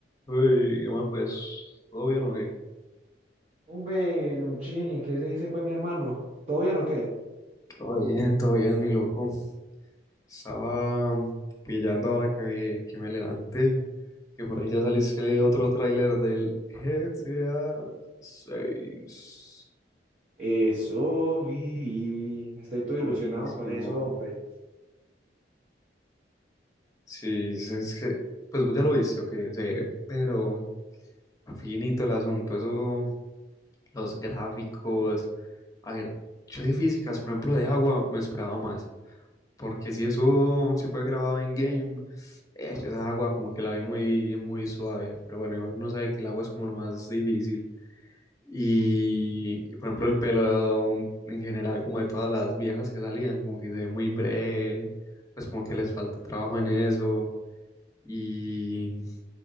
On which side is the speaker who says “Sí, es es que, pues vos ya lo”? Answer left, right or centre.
Left